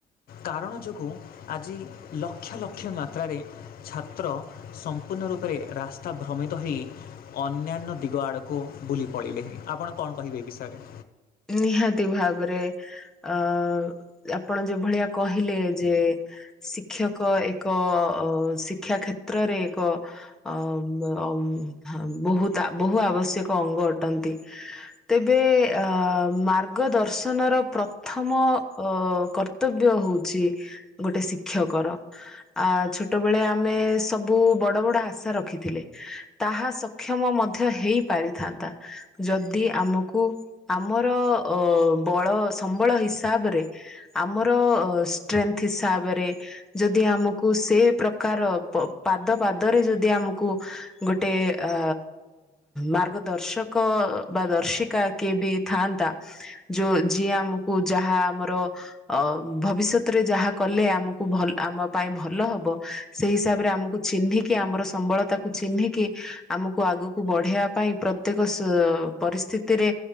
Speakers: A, on the left; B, in the centre.
A: କାରଣ ଯୋଗୁଁ ଆଜି ଲକ୍ଷ ଲକ୍ଷ ମାତ୍ରାରେ ଛାତ୍ର ସମ୍ପୂର୍ଣ୍ଣ ରୂପରେ ରାସ୍ତା ଭ୍ରମିତ ହେଇ ଅନ୍ୟାନ୍ୟ ଦିଗ ଆଡ଼କୁ ବୁଲି ପଡ଼ିଲେଣି ଆପଣ କଣ କହିବେ ଏ ବିଷୟରେ?
B: ନିହାତି ଭାବରେ ଅ ଆପଣ ଯେଭଳିଆ କହିଲେ ଯେ ଶିକ୍ଷକ ଏକ ଶିକ୍ଷା କ୍ଷେତ୍ରରେ ଏକ ଅ ଅମ ବହୁ ବହୁ ଆବଶ୍ୟକ ଅଙ୍ଗ ଅଟନ୍ତି। ତେବେ ଆ ଅ ମାର୍ଗଦର୍ଶନର ପ୍ରଥମ ଅ କର୍ତ୍ତବ୍ୟ ହଉଛି ଗୋଟେ ଶିକ୍ଷକର। ଆ ଛୋଟବେଳେ ଆମେ ସବୁ ବଡ ବଡ ଆଶା ରଖିଥିଲେ। ତାହା ସକ୍ଷମ ମଧ୍ୟ ହେଇ ପାରିଥାନ୍ତା ଯଦି ଆମକୁ ଆମର ଅ ବଳ ସମ୍ବଳ ହିସାବରେ ଆମର ଷ୍ଟ୍ରେଥ ହିସାବରେ ଯଦି ଆମକୁ ସେ ପ୍ରକାର ପ ପାଦ ପାଦରେ ଯଦି ଆମକୁ ଗୋଟେ ଅ ମାର୍ଗଦର୍ଶକ ବା ଦର୍ଶିକା କିଏ ବି ଥାନ୍ତା ଯୋଉ ଯିଏ ଆମକୁ ଯାହା ଆମର ଅ ଭବିଷ୍ୟତରେ ଯାହା କଲେ ଆମକୁ ଭଲ ଆମ ପାଇଁ ଭଲ ହବ। ସେଇ ହିସାବରେ ଆମକୁ ଚିହ୍ନିକି ଆମର ସମ୍ବଳତାକୁ ଚିହ୍ନିକି ଆମକୁ ଆଗକୁ କୁ ବଢେଇବା ପାଇଁ ପ୍ରତ୍ୟେକ ସ ପରିସ୍ଥିତିରେ